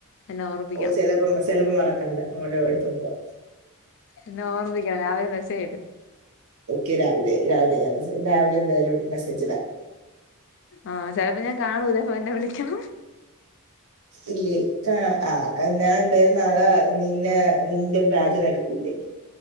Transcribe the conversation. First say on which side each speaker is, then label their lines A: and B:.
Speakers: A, on the left; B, on the right.
A: എന്നെ ഓർമ്മിപ്പിക്കണം
B: ഓഹ്ചിലപ്പം ചിലപ്പോം മറക്കണ്ട അങ്ങോട്ട് എടുത്തോണ്ട് വാ
A: എന്നാ ഓർമ്മിക്ക് രാവിലെ മെസ്സജ് ഇട്
B: ഓക്കെ രാവിലെ രാവിലെ ഞാൻ രാവിലെ എന്തായാലും മെസ്സേജ് ഇടാം
A: ആഹ് ചിലപ്പോ ഞാൻ കാണൂല്ല പ്പൊ എന്നെ വിളിക്കണം
B: ഇല്ലേ ആഹ് ആഹ് ഞാൻ എന്തായാലും നാളെ നിന്നെ നിന്റെ ബാഗിനെടുക്കൂല്ലെങ്കിൽ